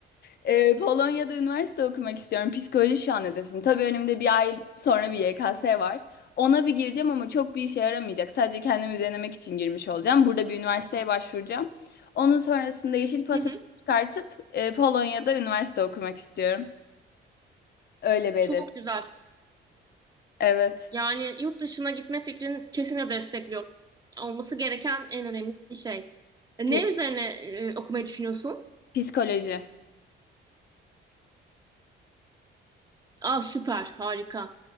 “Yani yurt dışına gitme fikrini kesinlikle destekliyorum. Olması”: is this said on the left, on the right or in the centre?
Right